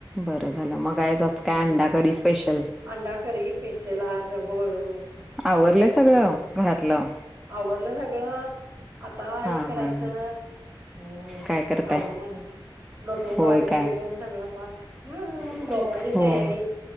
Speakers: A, in the centre; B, on the right (about 30°).
A: बरं झालं मग आहे जा. काय
B: हम्म
A: अंडाकरी करी स्पेशल,
B: अंडा करी पेशल आज होय होय
A: आवरलं..
B: हम्म.
A: सगळं घरातलं?
B: आवरलं सगळं आता
A: हा
B: हे करायचं.
A: हा
B: हम्म,
A: काय करताय
B: आवरुन लोटून
A: होय
B: काढून
A: काय
B: बेडून सगळं फार हम्म
A: हो
B: झोपायची तयारी